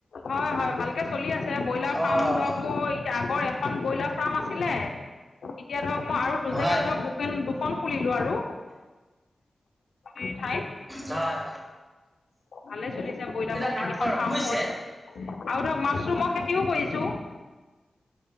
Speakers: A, on the left; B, on the right.
A: হয়- হয় ভালকে চলি আছে বইলাৰ
B: অ'
A: ফাৰ্ম ধৰক মই তে আগৰ এখন বইলাৰ ফাৰ্ম আছিলে এতিয়া ধৰক মই আৰু দু জেগাত
B: হয়
A: ধৰক <unintelligible> দুখন খুলিলোঁ আৰু। এই ঠাইত।
B: হয়-হয়
A: ভালে চলিছে বইলাৰ
B: এটা
A: মোৰ
B: কাম
A: তিনিখন
B: কৰক
A: ফাৰ্ম
B: বুজিছে
A: হ'ল আৰু ধৰক মাছৰুমৰ খেতিও কৰিছোঁ।